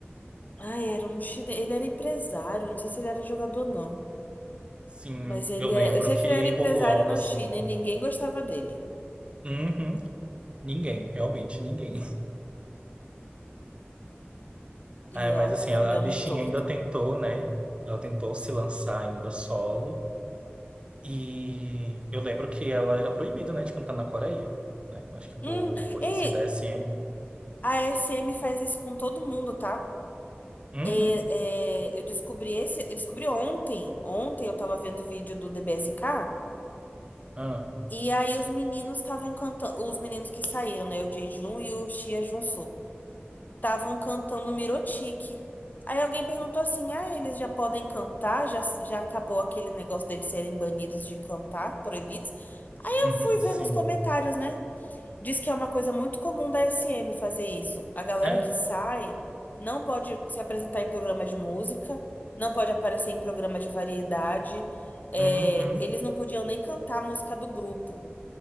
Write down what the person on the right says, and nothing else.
Sim,
eu lembro
que
rolou algo
assim.
Uhum. Ninguém, realmente ninguém.
É, mas
assim,
a,
a bichinha
ainda tentou, né? Ela tentou se lançar ainda solo. E eu lembro que ela era proibida, né, de cantar na Coreia, né? Acho que por
coisa
assim da SM.
Uhum.
Ah.
<laughs>
Sim.
É.
Uhum.